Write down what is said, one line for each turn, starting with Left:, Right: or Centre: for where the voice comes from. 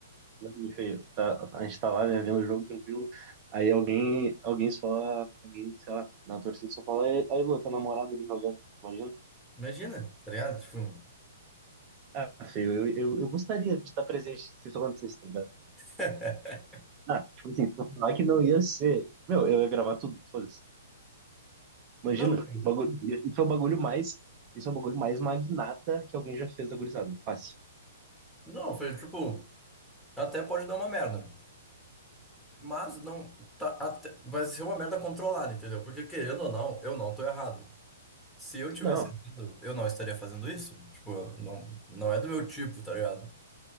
Right: Não, me feio. Tá, a gente tá lá, né, vendo o jogo tranquilo. Aí alguém, alguém só, alguém, sei lá, na torcida só fala, aí, aí, Lu, tá namorado ali jogando, imagina?
Centre: Imagina, tá ligado? Tipo,
Right: Ah, feio, eu, eu, eu gostaria de estar presente se isso acontecesse, tá ligado?
Centre: <laughs>
Right: Ah, tipo assim, pra falar que não ia ser. Meu, eu ia gravar tudo, foda-se. Imagina,
Centre: não, velho.
Right: bagulho, isso é o bagulho mais, isso é o bagulho mais magnata que alguém já fez da gurizada. Fácil.
Centre: não, foi tipo, até pode dar uma merda. Mas não, tá, até- vai ser uma merda controlada, entendeu? Porque querendo ou não, eu não tô errado. Se eu tivesse
Right: Não,
Centre: errado, eu não estaria fazendo isso. Tipo, não, não é do meu tipo, tá ligado?